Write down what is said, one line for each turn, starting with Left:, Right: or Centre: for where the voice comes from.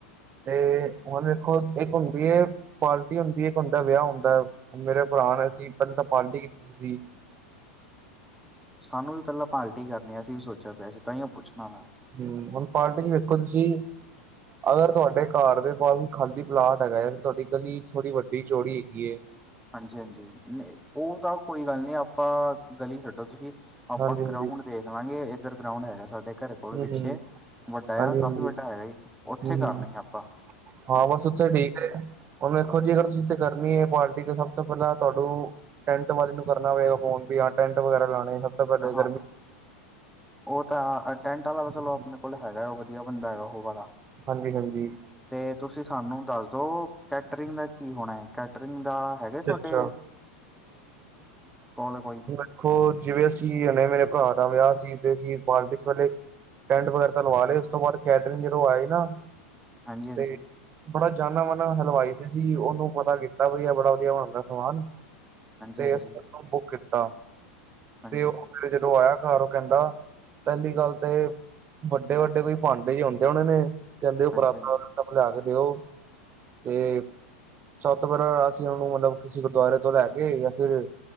Right: ਤੇ ਹੁਨ ਵੇਖੋ ਇੱਕ ਹੁੰਦੀ ਏ ਪਾਰਟੀ ਹੁੰਦੀ ਏ, ਇੱਕ ਹੁੰਦੈ ਵਯਾ ਹੁੰਦਾ ਐ। ਹੁਨ ਮੇਰੇ ਪਰਾ ਨੇ‌ ਅਸੀ ਪੈਲੇ ਤਾ ਪਾਰਟੀ ਕੀਤੀ ਸੀ।
Centre: ਸਾਨੂੰ ਵੀ ਪੈਲਾਂ ਪਾਲਟੀ ਕਰਨੀ, ਅਸੀ ਵੀ ਸੋਚਯਾ ਪਯਾ ਸੀ, ਤਾਂਈਓ ਪੁੱਛਨਾ ਵਾਂ।
Right: ਹੂੰ, ਹੁਨ ਪਾਰਟੀ ਚ ਵੇਖੋ ਤੁਸੀ ਅਗਰ ਤੁਆਡੇ ਘਾਰ ਦੇ ਬਾਰ ਕੋਈ ਖਾਲੀ ਪਲਾਟ ਹੈਗਾ ਐ, ਤੁਆਡੀ ਗਲੀ ਥੋੜੀ ਵੱਡੀ, ਚੌੜੀ ਹੈਗੀ ਏ
Centre: ਹਾਂਜੀ-ਹਾਂਜੀ ਨ ਓ ਤਾ ਕੋਈ ਗਾੱਲ ਨੀ ਆਪਾ ਗਲੀ ਛੱਡੋ ਤੁਸੀ ਆਪਾ
Right: ਹਾਂਜੀ ਹਾਂਜੀ
Centre: ਗਰਾਉਂਡ ਦੇਖਲਾਂਗੇ, ਏਧਰ ਗਰਾਉਂਡ ਹੈਗਾ ਸਾਡੇ ਕੱਰੇ ਥੋੜਾ ਪਿੱਛੇ
Right: ਹਮ ਹਮ
Centre: ਵੱਡਾ ਜਾ
Right: ਹਾਂਜੀ
Centre: ਕਾਫ਼ੀ
Right: ਹਾਂਜੀ
Centre: ਵੱਡਾ ਹੈਗਾ ਜੀ ਓਥੇ
Right: ਹਮ
Centre: ਕਰਨੀ
Right: ਹਮ
Centre: ਆਪਾ।
Right: ਹਾਂ, ਬਾੱਸ ਉਥੇ ਠੀਕ ਹੁਨ ਵੇਖੋ ਜੀ, ਅਗਰ ਤੁਸੀ ਤੇ ਕਰਨੀ ਏ ਪਾਰਟੀ ਤੇ ਸਭ ਤੋ ਪੈਲਾਂ ਤੁਆਡੂ ਟੈਂਟ ਵਾਲੇ ਨੂੰ ਕਰਨਾ ਪਏਗਾ ਫੋਨ ਵੀ ਆ ਟੈਂਟ ਵਗੈਰਾ ਲਾਣੇ ਤੋਂ ਪਹਿਲੇ
Centre: ਹਾਂ,
Right: ਗਰਮੀ
Centre: ਓ ਤਾ ਟੈਂਟ ਆਲਾ ਤਾ
Right: ਹਾਂਜੀ
Centre: ਚਲੋ ਆਪਣੇ ਕੋਲ ਹੈਗੈ ਵਧੀਆ ਬੰਦਾ ਹੈਗੈ ਓ ਵਾਲਾ
Right: ਹਾਂਜੀ-ਹਾਂਜੀ।
Centre: ਤੇ ਤੁਸੀ ਸਾਨੂੰ ਦਸ ਦੋ, ਕੈਟਰਿੰਗ ਦਾ ਕੀ ਹੋਣੈ ਕੈ ਕੈਟਰਿੰਗ ਦਾ, ਹੈਗੇ ਥੋਆਡੇ,
Right: ਅੱਛਾ
Centre: ਕੋਲ ਕੋਈ
Right: ਦੇਖੋ, ਜਿਵੇਂ ਅਸੀਂ ਮੇਰੇ ਪੱਰਾ ਦਾ ਵਯਾ ਸੀ, ਤੇ ਅਸੀ ਪਾਰਟੀ ਪੈਲੇ ਟੈਂਟ ਵਗੈਰਾ, ਤਾ ਲਵਾ ਲੇ, ਉਸ ਤੋ ਬਾਦ ਕੈਟਰਿੰਗ ਜਦੋ ਆਈ ਨਾ
Centre: ਹਾਂਜੀ -ਹਾਂਜੀ।
Right: ਤੇ ਬੜਾ ਜਾਨਾ ਮਾਨਾ ਹਲਵਾਈ ਸੀ, ਓਨੂੰ ਪਤਾ ਕੀਤਾ ਕਿ ਵਈ ਐ ਬੜਾ ਵਦੀਆ ਬਨਾਂਦੈ ਸਮਾਨ
Centre: ਹਾਂਜੀ-ਹਾਂਜੀ,
Right: ਤੇ ਅਸੀ, ਓਨੂੰ ਬੁੱਕ ਕੀਤਾ,
Centre: ਹਾਂਜੀ,
Right: ਤੇ ਓ,
Centre: ਹਾਂਜੀ-ਹਾਂਜੀ,
Right: ਫੇਰ ਜਦੋ ਆਯਾ ਘਰ ਓ ਕੈਂਦਾ ਪਹਿਲੀ ਗੱਲ ਤੇ, ਵੱਡੇ-ਵੱਡੇ ਕੋਈ ਭਾਂਡੇ ਹੀ ਹੁੰਦੇ ਹਣੇ ਨੇ। ਕਹਿੰਦੇ, ਉਹ ਪੁਰਾਤਾਂ
Centre: ਹਾਂਜੀ-ਹਾਂਜੀ,
Right: ਸਭ ਲਿਆ ਕੇ ਦਿਓ। ਤੇ ਸਭ ਤੋ ਪਹਿਲਾਂ ਉਹਨੂੰ ਮਤਲਬ, ਕਿਸੇ ਗੁਰਦਆਰੇ ਤੋਂ ਲੈ ਕੇ, ਜਾਂ ਫੇਰ